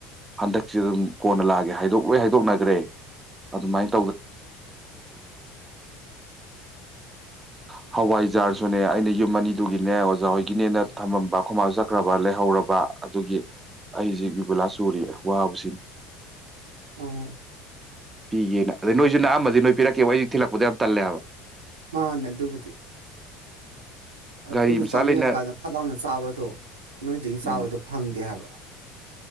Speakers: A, on the right; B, on the right.
A: ꯍꯟꯗꯛꯁ ꯑꯗꯨꯝ ꯀꯣꯟꯅ ꯂꯥꯛꯑꯒꯦ ꯍꯥꯏꯗꯣꯛꯂꯣꯏ ꯍꯥꯏꯗꯣꯛꯅꯈ꯭ꯔꯦ ꯑꯗꯨꯃꯥꯏꯅ ꯍꯋꯥꯏ ꯑꯣꯖꯥꯔꯁꯨꯅꯦ ꯑꯩꯅ ꯌꯨꯝ ꯑꯅꯤꯗꯨꯒꯤꯅꯦ ꯑꯣꯖꯥ ꯍꯣꯏꯒꯤꯅꯦꯅ ꯊꯝꯃꯝꯕ ꯈꯃꯥꯡ ꯆꯠꯈ꯭ꯔꯕ ꯂꯩꯍꯧꯔꯕ ꯑꯗꯨꯒꯤ ꯑꯩꯁꯤ ꯕꯤꯕꯨꯂꯥ ꯆꯨꯔꯤ ꯋꯥꯕꯁꯤꯅꯦ
B: ꯎ
A: ꯄꯤꯒꯦꯅ ꯑꯗꯩ ꯅꯣꯏꯁꯨ ꯅꯛꯑꯝꯃꯗꯤ ꯅꯣꯏ ꯄꯤꯔꯛꯀꯦꯕ ꯑꯩꯁꯦ ꯊꯤꯜꯂꯛꯄꯗꯣ ꯌꯥꯝ ꯇꯜꯂꯦ ꯍꯥꯏꯕ
B: ꯃꯥꯅꯦ ꯑꯗꯨꯕꯨꯗꯤ ꯑꯩꯈꯣꯏꯁꯨ
A: ꯒꯥꯔꯤ ꯃꯆꯥ
B: ꯆꯥꯅꯤꯡꯉꯀꯥꯟꯗ
A: ꯂꯩꯅ
B: ꯐꯠ ꯂꯥꯎꯅ ꯆꯥꯕꯗꯣ ꯅꯣꯏꯗꯒꯤ ꯆꯥꯕꯗꯣ
A: ꯎꯝ
B: ꯐꯪꯗꯦ ꯍꯥꯏꯕ